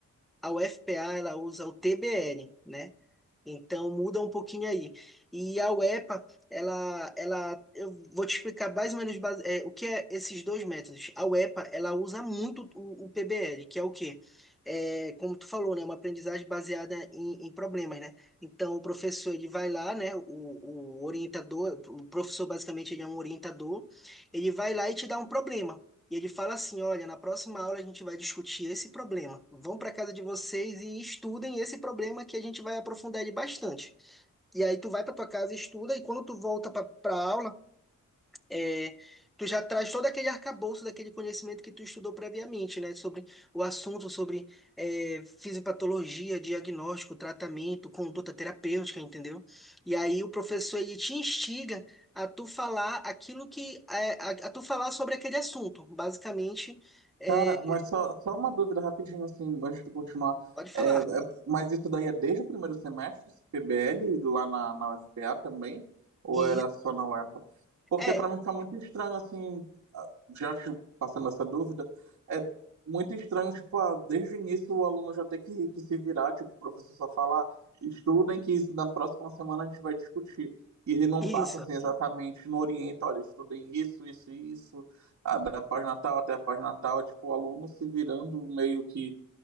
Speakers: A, in the centre; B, on the right.
A: a UFPA ela usa o TBL, né? Então muda um pouquinho aí. E a UEPA, ela, ela, eu vou te explicar mais ou menos base- é, o que é esses dois métodos. A UEPA, ela usa muito o, o PBL, que é o quê? É, como tu falou, né, uma aprendizagem baseada em, em problemas, né? Então o professor ele vai lá, né? O, o orientador, o professor basicamente ele é um orientador, ele vai lá e te dá um problema. E ele fala assim: olha, na próxima aula a gente vai discutir esse problema. Vão para casa de vocês e estudem esse problema que a gente vai aprofundar ele bastante. E aí tu vai para tua casa, estuda, e quando tu volta para a aula, é, tu já traz todo aquele arcabouço daquele conhecimento que tu estudou previamente, né? Sobre o assunto, sobre é, fisiopatologia, diagnóstico, tratamento, conduta terapêutica, entendeu? E aí o professor ele te instiga a tu falar aquilo que é, a, a tu falar sobre aquele assunto. Basicamente, é,
B: Cara, mas só, só uma dúvida rapidinho, assim, antes de continuar.
A: pode falar.
B: É, é- mas isso daí é desde o primeiro semestre, esse PBL, lá na, na UFPA também? Ou
A: E
B: era
A: isso-
B: só na UEPA? Porque
A: é
B: para mim fica muito estranho, assim, ah, já te passando essa dúvida, é muito estranho, tipo, ah, desde o início o aluno já tem que, que se virar, tipo, o professor só falar, estudem que isso na próxima semana a gente vai discutir. E ele não
A: isso.
B: passa, assim, exatamente, não orienta, olha, estudem isso, isso e isso a, da página tal até a página tal, é tipo o aluno se virando meio que